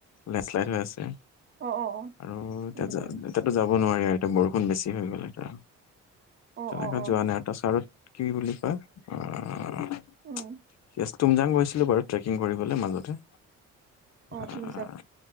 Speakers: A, on the left; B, on the right.
A: লেন্স শ্লাইড হৈ আছে।
B: অ অ অ
A: আৰু এতিয়া
B: উম উম
A: এতিয়াতো যাব নোৱাৰি আৰু এতিয়া বৰষুণ বেছি হৈ গ'ল আৰু।
B: অ
A: তেনেকা
B: অ অ
A: যোৱা নাই আৰু তাৰপাছত কি বুলি কয় অ
B: উম।
A: ঠিক আছে তুমজাং গছিলো বাৰু ট্ৰেকিং কৰিবলৈ মাজতে।
B: অ
A: আহ
B: তুম